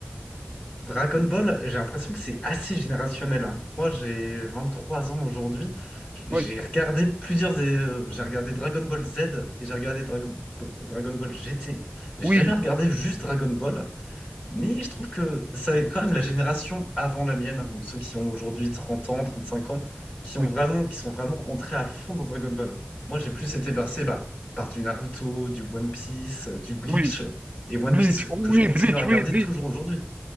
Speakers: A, on the left; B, on the right.
A: Dragon Ball, j'ai l'impression que c'est assez générationnel. hein. Moi, j'ai 23 ans aujourd'hui. J'ai
B: Oui,
A: regardé plusieurs. euh, j'ai regardé Dragon Ball Z et j'ai regardé Dragon Dragon Ball GT. J'ai
B: oui,
A: jamais regardé juste Dragon Ball, mais je trouve que c'est quand même la génération avant la mienne, hein, donc ceux qui ont aujourd'hui 30 ans, 35 ans, qui ont
B: oui,
A: vraiment, qui sont vraiment rentrés à fond dans Dragon Ball. Moi, j'ai plus été bercé bah, par du Naruto, du One Piece, euh, du Bleach
B: oui.
A: et One
B: Bleach,
A: Piece
B: Oh oui,
A: que je continue
B: Bleach,
A: à regarder
B: oui, Bleach.
A: toujours aujourd'hui.